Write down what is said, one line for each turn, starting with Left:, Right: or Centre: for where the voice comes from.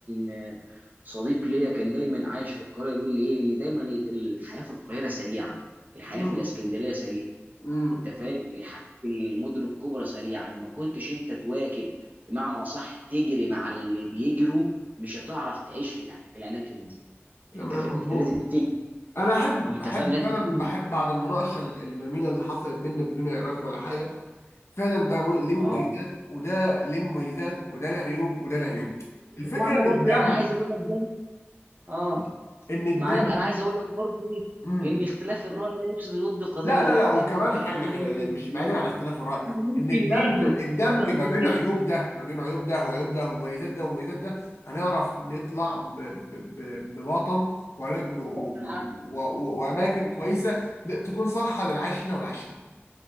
Right: آه، صديق ليا كان دايما عايش في القاهره يقول لي ايه ان دايما ال- الحياه في القاهره سريعه الحياه
Left: مم.
Right: في الاسكندريه سريعه
Left: مم.
Right: انت فاهم الحاجات المدن الكبرى سريعه لما كنتش انت تواكب بمعنى اصح تجري مع اللي بيجروا مش هتعرف تعيش في الأ- في الاماكن دي
Left: تمام
Right: انت فاهم
Left: مظبوط
Right: انت لازم تجري
Left: انا احب
Right: انت
Left: احب
Right: فاهم لازم
Left: فعلا
Right: تجري
Left: بحب بعد المناقشه الجميله اللي حصلت بيننا بدون عراك ولا حاجه فعلا ده م- ليه
Right: اه
Left: مميزات وده ليه مميزات وده ليه عيوب وده ليه عيوب الفكره
Right: وانا
Left: ان
Right: برضه
Left: الدم
Right: يعني عايز اقول لك زي اه
Left: ان الدم
Right: معاك انا عايز اقول لك برضه ايه
Left: امم
Right: ان اختلاف الراي لا يفسد الود قضيه
Left: لا لا
Right: احنا
Left: لا وكمان
Right: هنا متفقين
Left: حاجه حلوه
Right: هنا
Left: مش
Right: متفقين.
Left: بعيدا عن اختلاف الراي
Right: احنا ممكن
Left: ان الدمج
Right: ناخد
Left: الدمج
Right: بص يا
Left: ما
Right: صديقي
Left: بين عيوب ده ما بين عيوب ده وعيوب ده ومميزات ده ومميزات ده هنعرف نطلع ب- ب- ب- بوطن وهن- و- و-
Right: انا
Left: و- واماكن
Right: أنا ممكن
Left: كويسه تكون صالحه للعيش هنا والعيش هنا